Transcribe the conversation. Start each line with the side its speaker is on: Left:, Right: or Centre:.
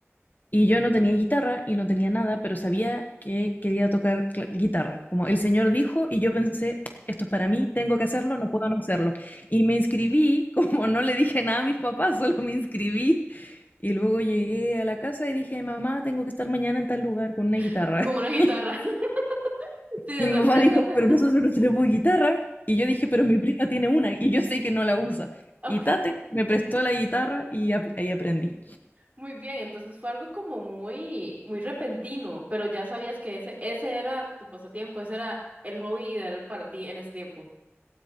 Left: Y yo no tenía guitarra y no tenía nada, pero sabía que quería tocar cla- guitarra. Como el señor dijo, y yo pensé, esto es para mí, tengo que hacerlo, no puedo no hacerlo. Y me inscribí, <laughs> como no le dije nada a mis papás, solo me inscribí. Y luego llegué a la casa y dije, mamá, tengo que estar mañana en tal lugar con una guitarra.
Right: <laughs> Como una
Left: <laughs>
Right: guitarra. <laughs> Sí, de
Left: Y
Right: sorpresa.
Left: mi papá dijo,
Right: <laughs>
Left: pero nosotros no tenemos guitarra. Y yo dije, pero mi prima tiene una y yo sé que no la usa.
Right: Ok,
Left: Y Tate me prestó la guitarra y ap- ahí aprendí.
Right: muy bien. Entonces fue algo como muy, muy repentino, pero ya sabías que ese, ese era tu pasatiempo, ese era el hobby ideal para ti en ese tiempo.